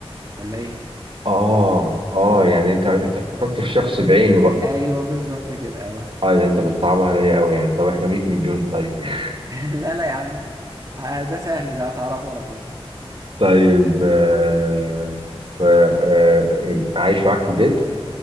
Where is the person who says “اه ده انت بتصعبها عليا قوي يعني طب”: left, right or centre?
Right